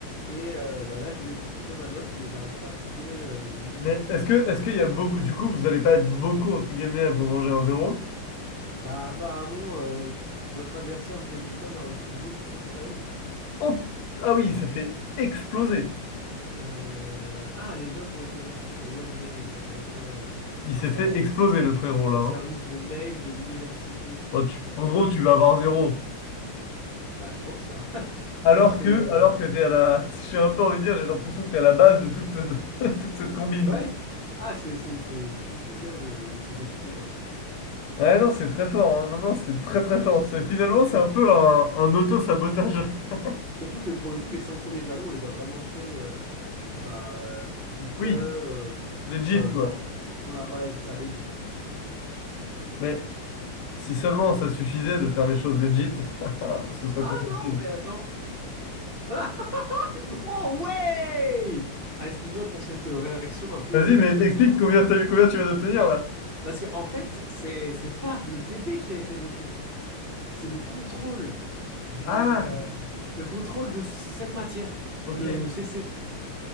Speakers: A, on the right (about 60°); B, on the left (about 80°).
A: Et euh, bah, là, je voulais consulter ma note, mais j'arrive pas à trouver euh, le nom
B: Mais
A: de.
B: est-ce que est-ce qu'il y a beaucoup du coup vous allez pas être beaucoup entre guillemets à vous manger un zéro?
A: Bah, apparemment, euh, notre adversaire du badminton a reçu 2,75.
B: Oh ah oui il s'est fait exploser.
A: Euh, Ah, les notes ont été reçues sur webmail. D'accord.
B: Il s'est
A: Le service,
B: fait exploser le frérot là.
A: le service
B: hein.
A: de mail de l'université.
B: Oh, tu-
A: Très bien.
B: en gros tu vas avoir zéro.
A: Bah, je pense, là. <laughs>
B: Alors
A: On se fait...
B: que
A: euh,
B: alors que t'es à la. <laughs> J'ai un peu envie de dire, j'ai l'impression que t'es à la base de toute cette <laughs> toute cette combine.
A: Ouais. Ah, c'est, c'est, c'est... Tout, tout vient de, de cet étudiant, ouais.
B: Ouais non c'est très fort, hein. Non non c'est très très fort. C'est- Finalement
A: Sur-
B: c'est un peu un, un auto-sabotage. <laughs>
A: Surtout que, pour le coup, les cinq premiers jalons, on les a vraiment fait euh, bah, euh, tout seul.
B: Oui,
A: euh,
B: legit
A: Enfin,
B: quoi.
A: je veux dire, on a... Ouais, c'est ça, legit.
B: Mais si seulement ça suffisait de faire les choses legit, <laughs> ce serait
A: Ah
B: trop facile.
A: non, mais attends. Ah <laughs> oh, ouais! Ah, excuse-moi pour cette euh, réaction un peu
B: Vas-y, mais
A: euh, surprenante.
B: explique combien t'as eu, combien tu vas d'obtenir là.
A: Parce que, en fait, c'est, c'est pas le TP qui a été noté. C'est le contrôle du...
B: Ah,
A: euh, Le contrôle de cette matière.
B: ok.
A: Le CC.